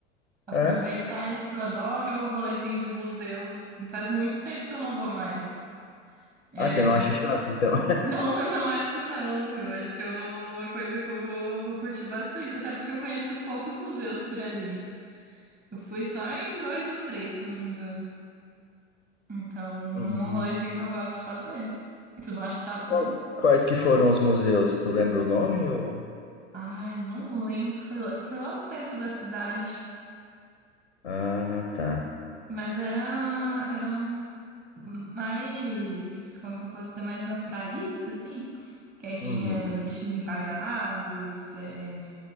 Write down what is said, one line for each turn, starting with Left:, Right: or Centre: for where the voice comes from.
Right: Aproveitar
Left: É?
Right: isso, eu adoro o rolezinho de museu. Faz muito tempo que eu não vou mais. É,
Left: Ah, você não acha chato, então? <laughs>
Right: Não, <laughs> não acho não. Eu acho que é uma coisa que eu vou, vou curtir bastante, até porque eu conheço poucos museus por ali. Eu fui só em dois ou três, se eu não me engano. Então, é
Left: Hum.
Right: um rolezinho que eu gosto de fazer. E tu não acha chato,
Left: E qual-
Right: não?
Left: quais que foram os museus? Tu lembra o nome ou...
Right: Ai, não lembro. Foi lá, foi lá no centro da cidade.
Left: Ah, tá.
Right: Mas era, era um mais, como que eu posso dizer, mais naturalista, assim. Que aí tinha
Left: Uhum.
Right: bichos empalhados, eh,